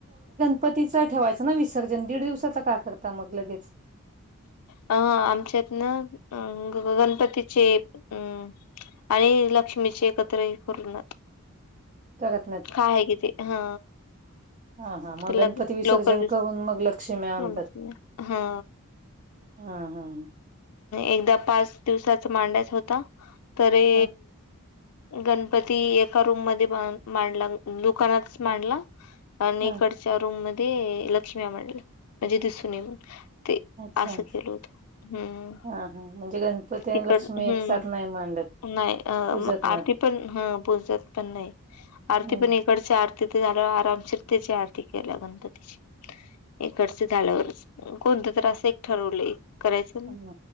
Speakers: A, on the right (about 35°); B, on the left (about 80°).
A: नपतीच ठेवायचं ना विसर्जन दीड दिवसाच का करता मग लगेच?
B: अ आमच्यात ना अ ग गणपतीचे अ आणि लक्ष्मीचे एकत्रही करूनात
A: करत नायत.
B: काय हाय की ते हा.
A: हा हा मग
B: त्याला
A: गणपती विसर्जन
B: लोकर
A: करून मग लक्ष्मी आणतात
B: <unintelligible> हा.
A: हा हा.
B: एकदा पाच दिवसाचा मांडायच होता तरी
A: हा
B: गणपती एका रूम मध्ये मांडला दुकानातच मांडला आणि
A: हा
B: इकड च्या रूम मध्ये लक्ष्मी मांडल म्हणजे दिसून नये म्हणून ते
A: अच्छा
B: असं केल होतं. हम्म
A: हा हा म्हणजे गणपती आणि
B: तिकड
A: लक्ष्मी
B: हम्म
A: एक साथ नाही मांडत
B: नाय अ
A: पूजत
B: म
A: नाहीत
B: आरती पण हा पूजत पण नाय
A: हम्म
B: आरती पण एक तिकडची आरती ते झाल्यावर आरामशीर तेची आरती केल्या गणपतीची. इकडच झाल्यावरच कोणत तर असं एक ठरवलं करायचं.
A: हम्म